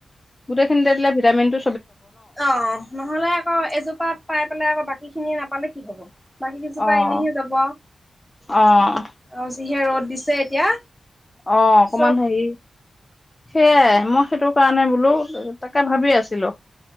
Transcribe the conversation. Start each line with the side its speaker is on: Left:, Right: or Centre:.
Left: গোটেইখিনিতে‌ দিলে ভিটামিনতো
Centre: অ নহ'লে আকৌ এজোপাত পাই পেলাই আকৌ বাকী খিনিয়ে নাপালে কি হ'ব বাকী কিছুপা
Left: অ',
Centre: এনেইহে যাব
Left: অ',
Centre: আও যিহে ৰ'দ দিছে এতিয়া
Left: অ অকমান
Centre: চব
Left: হেৰি সেইয়াই মই সেইটো কাৰণে বোলো তাকে ভাবি আছিলো